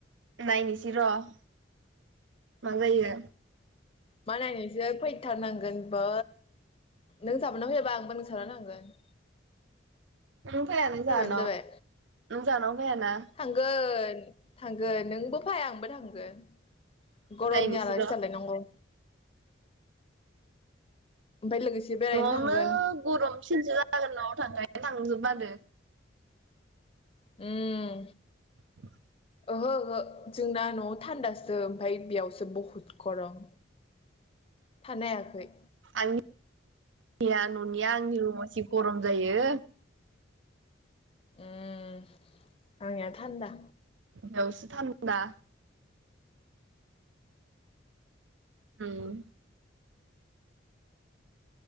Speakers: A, on the right; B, on the left.
A: नायनोसै र' मा जायो।
B: मा नायनोसो फैथारनांगोन बा नों साबा फैबा आंबो नोंसानाव थांगोन।
A: नों फायालै
B: फैबानो
A: जोहानाव
B: जाबाय
A: नों जानाव फायाना।
B: थांगोन थांगोन नोंबो फाय आंबो थांगोन। गरमनि
A: नायनोसै
B: आलासि
A: र'
B: जालायनांगौ। ओमफ्राय लोगोसे बेरायनो
A: न'आवनो
B: थांगोन
A: गरमसिनसो जागोन न'आव थांखाय थांनोसो बादो।
B: उम।
A: <unintelligible>
B: ओहो ओहो जोंना न'आव थान्दासो ओमफाय बियावसो बहुद गरम थानो हायाखै।
A: आंनि <unintelligible> या न'निया आंनि रुमा जि गरम जायो।
B: उम आंनिया थान्दा।
A: बेयावसो थान्दा। उम।